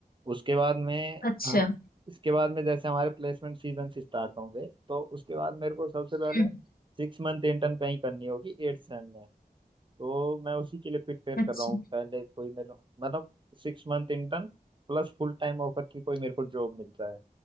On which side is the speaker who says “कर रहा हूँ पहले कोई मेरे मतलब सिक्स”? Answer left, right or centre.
Right